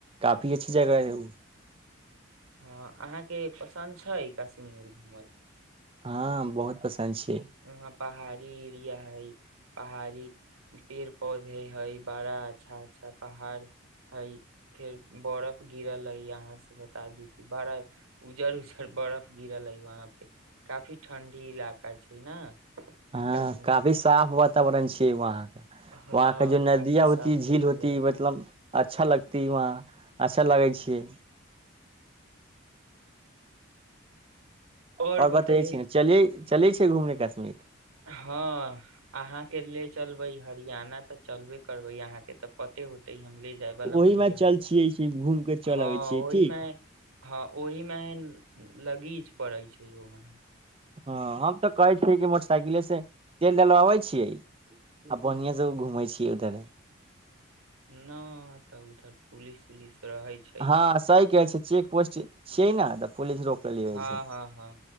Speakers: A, on the right (about 25°); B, on the right (about 85°).
A: काफी अच्छी जगह है ओ
B: हँ अहाँके पसन्द छै। कश्मीर घूमल
A: हँ बहुत पसन्द छियै
B: वहाँ पहाड़ी ह पहाड़ी पेड़ पौधे हय बड़ा अच्छा अच्छा पहाड़ हई फेर बरफ गिरल है यहााँ बता दुखी भाड़ा उजर उजर बर्फ गिरा लै वहाँ पे काफी ठंडी इलाका छै ना
A: हँ
B: कश्मीर
A: काफी साफ ब वातावरण छियै वहाँ
B: हाँ
A: वहाँके जो नदिया
B: काफी साफ
A: होती झील
B: वातावरण
A: होती मतलब अच्छा लगती वहा अच्छा लगै छियै
B: और
A: आओर
B: बतैयै
A: बतै छै ने चले चलै छै घुमनेके सममेत
B: हँ अहाँके ले चलबै हरियाण तऽ चलबे बहाँके तऽ पे होतै ले जा ब
A: ओहि मे चल छियै छी घूम के चल
B: हँ
A: अबै छियै
B: ओहिमे
A: ठीक
B: ओहि मे लगीच पड़ै छै। ओहिमे
A: हँ हम तऽ कहै छियै कि मोटरसाइकिले से चलि देल अबै छियै आ बढ़आ से घूमै छियै उधर
B: न तऽ उ तऽ पुलिस उलिस रहै छै
A: हँ सही कहै छै चेक पोस्ट शैनाद पलस रोपल होइ
B: हँ
A: छै
B: हँ हँ